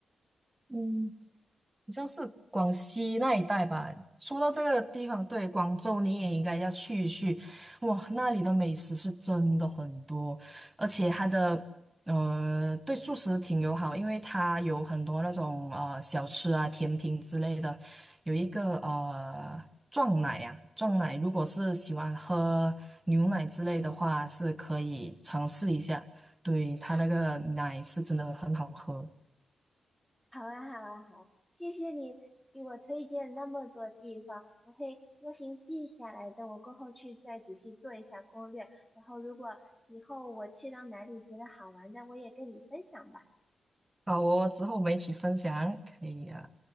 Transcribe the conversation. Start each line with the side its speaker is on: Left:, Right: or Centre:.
Right: 嗯，好像是广西那一带吧。说到这个地方，对，广州你也应该要去一去。哇，那里的美食是真的很多，而且它的呃对素食挺友好，因为它有很多那种呃小吃啊、甜品之类的。有一个呃撞奶啊，撞奶如果是喜欢喝牛奶之类的话，是可以尝试一下。对，它那个奶是真的很好喝。
Centre: 好啊，好啊，好，谢谢你给我推荐那么多地方，我会用心记下来，的。我过后去再仔细做一下攻略。然后，如果以后我去到哪里觉得好玩的，我也跟你分享吧。
Right: 好哦，之后我们一起分享，可以啊。